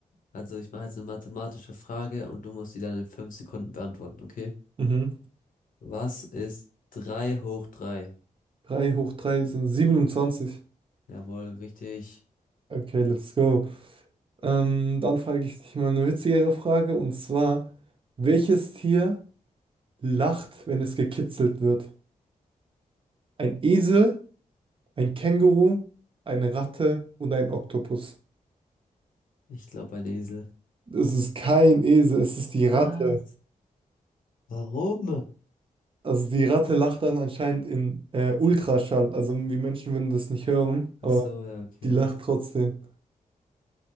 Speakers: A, on the left; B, on the right.
A: Also ich mache jetzt eine mathematische Frage und du musst die dann in fünf Sekunden beantworten, okay?
B: Mhm.
A: Was ist drei hoch drei?
B: 3 hoch 3 sind siebenundzwanzig
A: Jawohl, richtig.
B: Okay, let's go. Ähm, dann frage ich dich mal eine witzigere Frage und zwar, welches Tier lacht, wenn es gekitzelt wird. Ein Esel, ein Känguru, eine Ratte und ein Oktopus.
A: Ich glaube ein Esel.
B: Es ist kein Esel, es ist die
A: Was?
B: Ratte.
A: Warum?
B: Also die Ratte lacht dann anscheinend in äh, Ultraschall. Also wir Menschen würden das nicht hören,
A: Ach
B: aber
A: so, ja, okay.
B: die lacht trotzdem.